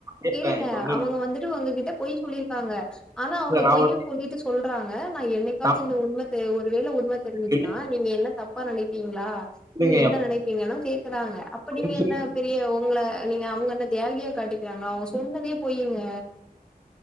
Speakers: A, on the right; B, in the centre.
A: <inaudible>
B: கேளுங்க
A: இப்ப வந்
B: அவங்க வந்துட்டு உங்ககிட்ட பொய் சொல்லியிருக்காங்க ஆனா அவங்க
A: நான்
B: பொய்யு
A: ஒண்ணு-
B: சொல்லிட்டு சொல்றாங்க நா என்னைக் காச்சு
A: நான்
B: இந்த உண்ம தெ ஒரு வேள உண்ம தெரிஞ்சுச்சுன்னா
A: கேக்குறேன்.
B: நீங்க என்ன தப்பா நெனைப்பீங்களா
A: என்
B: நீங்க என்ன நெனைப் பீங்கனு கேக்குறாங்க அப்ப நீங்க
A: பையன்
B: என்ன பெரிய உங்கள நீங்க அவங்க என்ன தியாகியா காட்டிக்கிறாங்களா அவங்க சொன்னதே பொய்யுங்க